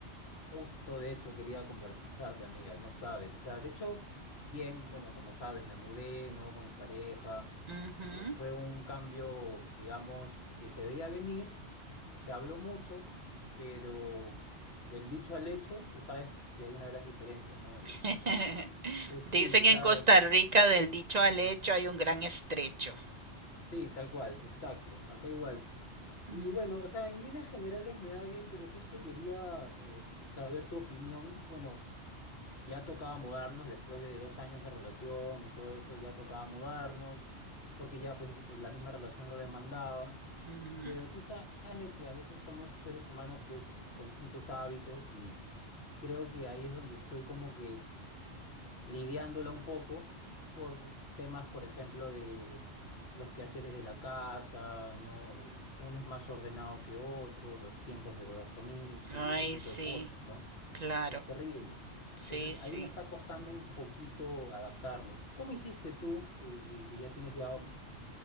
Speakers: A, on the left (about 65°); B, on the right (about 45°).
A: Justo de eso quería conversarte, amiga. No sabes. O sea, de hecho, bien, bueno, como sabes, me mudé, ¿no? Con mi pareja.
B: Ujú.
A: Eh, fue un cambio, digamos, que se veía venir. Se habló mucho, pero del dicho al hecho, tú sabes que hay una gran diferencia, ¿no? Eh,
B: <laughs>
A: eh, sí,
B: Dicen
A: o sea,
B: en Costa Rica del dicho al hecho hay un gran estrecho.
A: sí, tal cual, exacto. Acá igual. Y
B: Ujú,
A: bueno, o sea, en líneas generales me va bien, pero justo quería eh, saber tu opinión. Bueno, ya tocaba mudarnos después de dos años de relación y todo eso, ya tocaba mudarnos, porque ya pues eh, la misma relación lo demandaba.
B: ujú.
A: Pero tú sabes de que a veces somos seres humanos pues con distintos hábitos y creo que ahí es donde estoy como que lidiándola un poco por temas, por ejemplo, de los quehaceres de la casa, ¿no? Eh, Uno es más ordenado que otro, los tiempos de dormir y
B: Ay,
A: ese tipo
B: sí,
A: de cosas, ¿no?
B: claro,
A: Es terrible.
B: sí,
A: Entonces,
B: sí.
A: ahí me está costando un poquito adaptarme. ¿Cómo hiciste tú, que, que- que ya tienes ya m-